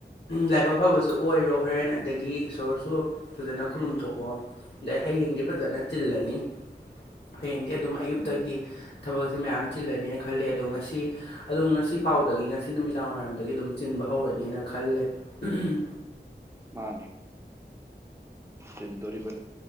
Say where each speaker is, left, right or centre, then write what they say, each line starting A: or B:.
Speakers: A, on the left; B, on the right.
A: ꯂꯥꯏꯕꯛ ꯐꯕꯁꯨ ꯑꯣꯏꯔꯣ ꯍꯣꯔꯦꯟ ꯑꯗꯒꯤ ꯏꯁꯣꯔꯁꯨ ꯐꯖꯅ ꯈꯨꯔꯨꯝꯊꯣꯛꯑꯣ ꯑꯗꯩ ꯍꯌꯦꯡꯗꯤ ꯐꯖꯅ ꯆꯤꯜꯂꯅꯤ ꯍꯌꯦꯡꯗꯤ ꯑꯗꯨꯝ ꯑꯌꯨꯛꯇꯒꯤ
B: ꯆꯤꯟꯗꯣꯏꯅꯤ
A: ꯊꯕꯛꯁꯦ ꯃꯌꯥꯝ ꯆꯤꯜꯂꯅꯤꯅ ꯈꯜꯂꯦ ꯑꯗꯣ ꯉꯁꯤ ꯑꯗꯨꯝ ꯉꯁꯤ ꯐꯥꯎꯗꯒꯤ ꯉꯁꯤ ꯅꯨꯃꯤꯗꯥꯡ ꯋꯥꯏꯔꯝꯗꯒꯤ ꯑꯗꯨꯝ ꯆꯤꯟꯕ ꯍꯧꯔꯅꯤꯅ ꯈꯜꯂꯦ <unintelligible>
B: ꯃꯥꯅꯦ ꯆꯤꯟꯗꯣꯔꯤꯕꯅꯤ